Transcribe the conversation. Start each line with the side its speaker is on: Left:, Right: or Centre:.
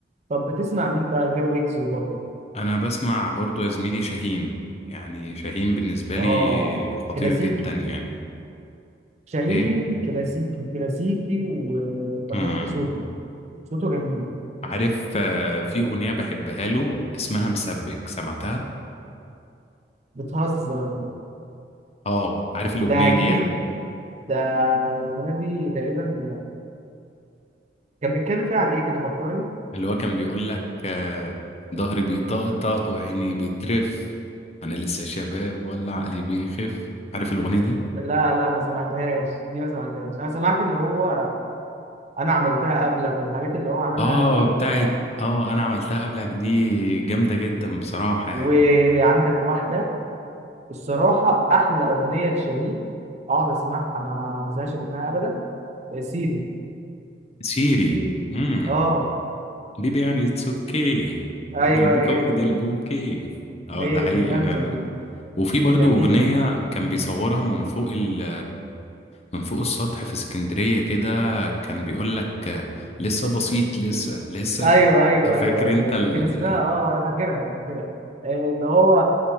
Right: طب بتسمع مين بقى غير ويجز وبابلو
Left: انا بسمع برضو يا زميلي شاهين يعني شاهين بالنسبة لي
Right: اه
Left: خطير
Right: كلاسيكي
Left: جدا يعني
Right: شاهين
Left: ايه
Right: كلاسيكي كلاسيكي وبحب
Left: امم
Right: صوته صوته جميل
Left: عارف آه، في اغنية بحبها له اسمها مسبك سمعتها
Right: بتهزر
Left: اه عارف الاغنيه
Right: ده جديد
Left: دي
Right: ده الأغنية دي تقريبا كان بيتكلم فيها عن إيه كده فكرني
Left: اللي هو كان بيقول لك آه، ظهري بيطقطق وعيني بترف انا لسه شباب ولا عقلي بيخف عارف الاغنيه دي
Right: لا لا ما سمعتهاش دي ما سمعتهاش انا سمعت اللي هو انا عملتها قبلك والحاجات اللي هو عملها
Left: اه
Right: قبل ما
Left: بتاعت
Right: يبقى
Left: اه انا عملتها قبلك دي جامده جدا بصراحه يعني
Right: وعندك واحده الصراحه احلى اغنيه لشاهين اقعد اسمعها ما ازهقش منها ابدا سيري
Left: سيري
Right: سيري
Left: امم
Right: اه
Left: بيبي يعني اتس اوكي
Right: ايوه
Left: هات البوكا
Right: هي
Left: وخد
Right: دي
Left: البوكي اه
Right: هي
Left: ده حقيقي
Right: دي جامده
Left: فعلا
Right: دي
Left: وفي برضو
Right: دي جميله
Left: أغنية
Right: دي.
Left: كان بيصورها من فوق ال من فوق السطح في اسكندرية كده كان بيقول لك لسه بسيط لسه لسه
Right: ايوه ايوه
Left: فاكر
Right: ايوه ايوه
Left: انت ال...
Right: كان اسمها اه انا فاكرها انا فاكرها آه، اللي هو